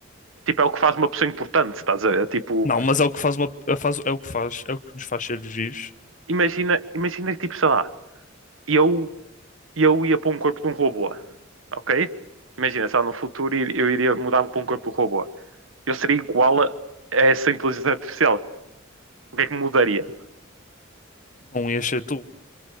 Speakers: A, on the right; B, on the left.
A: tipo, é o que faz uma pessoa importante, estás a ver? Tipo,
B: Não, mas é o que faz uma, é faz- é o que faz, é o que nos faz seres vivos.
A: imagina, imagina que, tipo, sei lá, eu, eu ia para um corpo de um robô, ok? Imagina, sei lá, no futuro eu iria mudar para um corpo de um robô. Eu seria igual a essa inteligência artificial. O que é que mudaria?
B: Não ia ser tu,